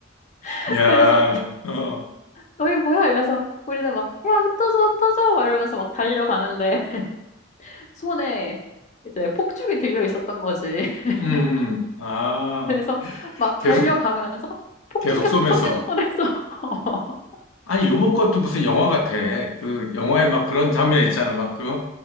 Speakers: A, on the left; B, on the left.
A: <laughs>
B: 야,
A: 그래서
B: 어,
A: 너희 뭐야? 이래서 우리는 막, 야, 흩어져, 흩어져! 막 이러면서 막 달려가는데, <laughs> 손에 이제 폭죽이 들려 있었던 거지. <laughs>
B: 응, 응. 아,
A: 그래서 막
B: 계속,
A: 달려가면서 폭죽
B: 계속
A: 계속
B: 쏘면서.
A: 터지고 손에서. <laughs>
B: 아니, 요번 것도 무슨 영화 같아. 그, 영화에 막 그런 장면 있잖아. 막 그,